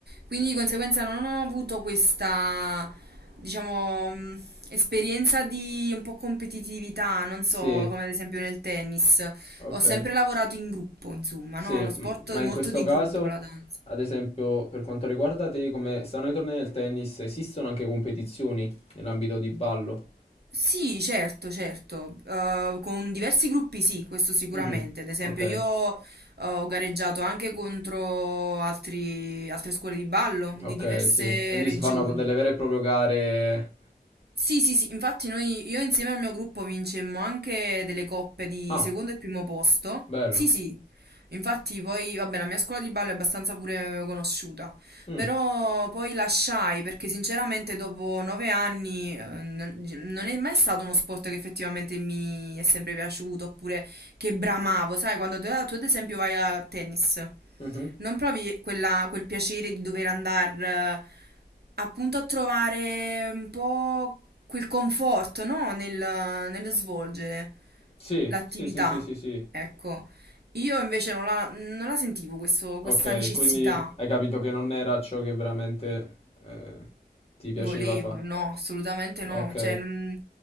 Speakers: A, on the right (about 80°); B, on the left (about 35°).
A: quindi di conseguenza non ho avuto questa, diciamo, mh, esperienza di un po' competitività, non so,
B: Sì,
A: come ad esempio nel tennis.
B: ok.
A: Ho sempre lavorato in gruppo, insomma,
B: Sì,
A: no? È uno sport
B: m- ma in
A: molto
B: questo
A: di
B: caso,
A: gruppo la danza.
B: ad esempio, per quanto riguarda te, come stanno i tornei del tennis, esistono anche competizioni nell'ambito di ballo?
A: Sì, certo, certo. Eh, con diversi gruppi sì, questo sicuramente.
B: Mhm.
A: Ad esempio,
B: Ok.
A: io eh, ho gareggiato anche contro altri- altre scuole di ballo
B: Ok,
A: di diverse
B: sì. Quindi
A: regioni.
B: si fanno delle vere e proprie gare.
A: Sì, sì, sì, infatti noi, io insieme al mio gruppo vincemmo anche delle coppe di
B: Ah,
A: secondo e primo posto.
B: bello.
A: Sì, sì, infatti poi, vabbè, la mia scuola di ballo è abbastanza pure conosciuta,
B: Mm,
A: però poi lasciai perché sinceramente dopo nove anni eh, non non è mai stato uno sport che effettivamente mi è sempre piaciuto, oppure che bramavo, sai, quando tu, tu ad esempio vai a tennis,
B: mhm.
A: non provi quella- quel piacere di dover andare appunto a trovare un po' quel conforto, no? Nel, nello svolgere
B: Sì,
A: l'attività.
B: sì, sì, sì, sì, sì.
A: Ecco, io invece non la, non la sentivo questo- questa
B: Ok,
A: necessità.
B: quindi hai capito che non era ciò che veramente eh, ti piaceva
A: Volevo,
B: fare.
A: no, assolutamente no.
B: Ok.
A: Cioè, non-